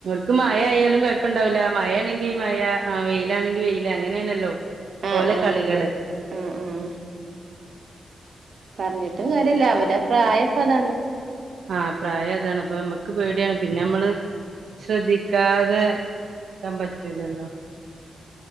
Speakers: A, on the right; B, on the right.
A: ൽക്ക് മഴേയാലും കൊഴപ്പണ്ടാവുല മഴ ആണെങ്കി മഴ ആ വെയിലാണെങ്കി വെയില് അങ്ങനേണല്ലോ
B: ആഹ്
A: ഓലെ
B: ആഹ്
A: കളികള്
B: അതെ ആഹ് ആഹ് പറഞ്ഞിട്ടും കാര്യല്ല അവരെ ആ പ്രായ ഇപ്പ അതാണ്
A: ആഹ് പ്രായം അതാണ് അപ്പൊ ഞമ്മക്ക് പേടിയാണ് പിന്നെ ഞമ്മള് ശ്രദ്ധിക്കാതെ ഇരിക്കാൻ പറ്റൂല്ലല്ലോ